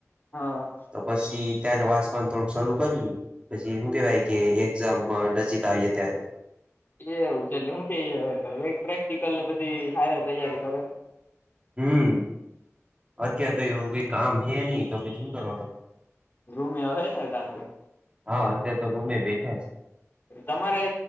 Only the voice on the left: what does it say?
હા!
એ એવું છે એટલે હું કે પ્રેક્ટિકલ ને બધી સારે તૈયારી કરું.
રૂમ એવા હોય ત.
તમારે